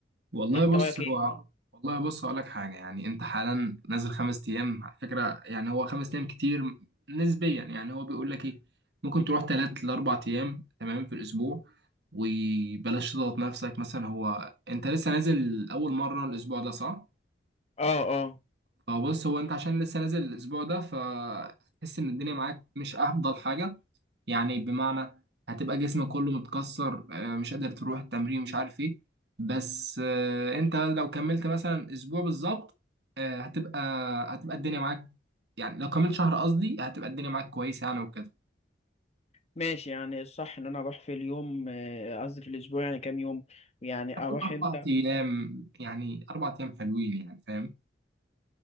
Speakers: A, on the right; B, on the left.
A: والله
B: انت
A: بص
B: رايك
A: هو
B: ايه
A: والله بص هقول لك حاجه يعني انت حالا نازل خمس ايام على فكره يعني هو خمس ايام كتير نسبيا يعني هو بيقول لك ايه ممكن تروح ثلاث لاربع ايام تمام في الاسبوع وبلاش تضغط نفسك مثلا هو انت لسه نازل اول مره الاسبوع ده صح
B: اه اه
A: فبص هو انت عشان لسه نازل الاسبوع ده فتحس ان الدنيا معاك مش افضل حاجه يعني بمعنى هتبقى جسمك كله متكسر آه، مش قادر تروح التمرين مش عارف ايه بس آه، انت لو كملت مثلا اسبوع بالظبط آه، هتبقى هتبقى الدنيا معاك يعني لو كملت شهر قصدي هتبقى الدنيا معاك كويسة يعني وكده
B: ماشي يعني الصح ان انا اروح في اليوم آه، قصدي في الاسبوع يعني كام يوم يعني
A: هتكون
B: اروح
A: اربع
B: امتى
A: ايام يعني اربع ايام حلوين يعني فاهم